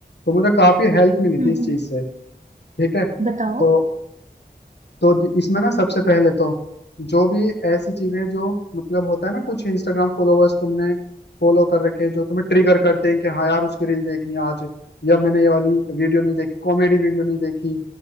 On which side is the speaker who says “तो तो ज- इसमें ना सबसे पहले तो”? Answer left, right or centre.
Left